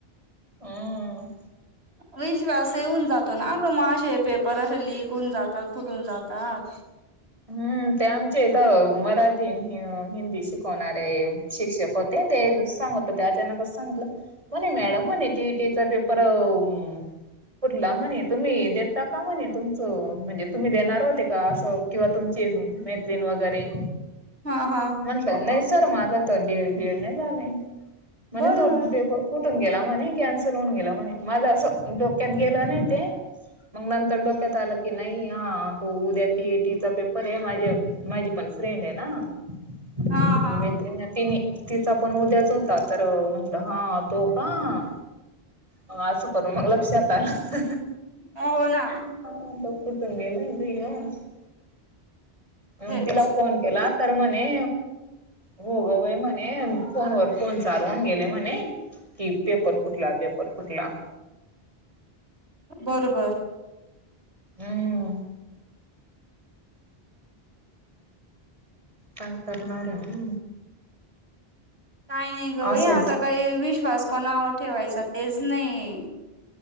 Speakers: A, on the right; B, on the right.
A: हम्म......
B: विश्वास येऊन जातो ना ग मग असे पेपर असे लिक होऊन जातात फुटून जातात.
A: हम्म.... ते आमचे इथ मराठी हिंदी शि... होणारे शिक्षक होते ते सांग... तर ते अचानकच सांगितलं. म्हणे मॅडम म्हणे टी. E T. चा पे पर अ..... कुठला म्हणे तुम्ही देता का म्हणे तुमचा.. म्हणजे तुम्ही देणार होते का अस.. किंवा तुमची मैत्रीण वैगैरे..
B: हा- हा......
A: म्हंटलं नाही सर माझ तर डी. एड. बी. एड. तर नाही झालाय. म्हणे
B: बरोबर
A: तू ते पेपर.... कुठून गेला म्हणे कॅन्सल होऊन गेला म्हणे माझं असं. डोक्यात गेलं नाही ते.. मग नंतर डोक्यात आलं की नाही हा... तू उद्या टी. ए. टी.... चा पेपर आहे. माझी पण फ्रेंड आहे ना... आणि
B: हा हा
A: मैत्रिण आणि तिने. तिचा पण उद्याच होता. तर म्हटलं हा... तो.. का...? हं.... असं करून मग लक्षात आलं.
B: अ.. हो.... ना...
A: हा... <unintelligible> हम्म....
B: तेच
A: तिला फोन केला तर म्हणे.. हो ग बाई म्हणे.... फोनवरर फोन चालवून गेले म्हणे.. कि पेपर फुटला... पेपर फुटला...
B: बरोबर..
A: हम्म.... काय करणार आहे...
B: काय नाही ग बाई
A: असंच.
B: आता काही विश्वास कोणावर ठेवायचा तेच नाही..